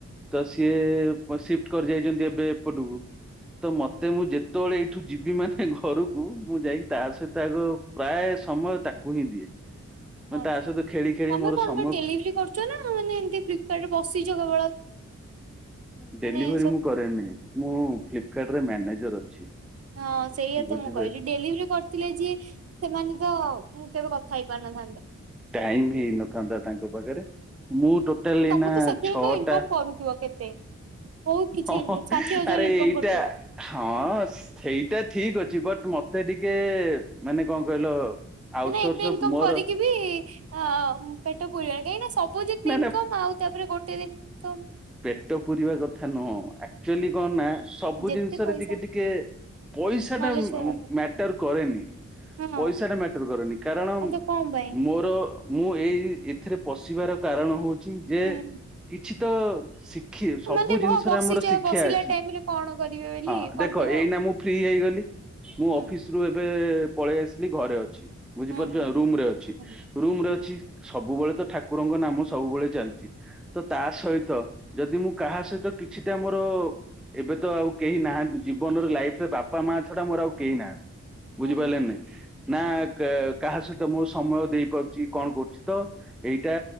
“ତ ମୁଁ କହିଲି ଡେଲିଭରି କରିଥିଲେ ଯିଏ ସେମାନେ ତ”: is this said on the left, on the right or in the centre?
Right